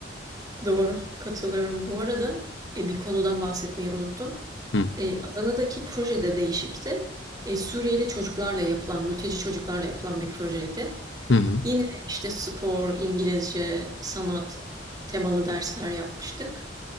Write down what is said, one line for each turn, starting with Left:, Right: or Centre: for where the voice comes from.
Right: Doğru, katılıyorum. Bu arada, eee, bir konudan bahsetmeyi unuttum.
Left: Hı.
Right: Eee, Adana'daki projede değişikti. Eee, Suriyeli çocuklarla yapılan, mülteci çocuklarla yapılan bir projeydi.
Left: Hı hı.
Right: Yine işte spor, İngilizce, sanat temalı dersler yapmıştık.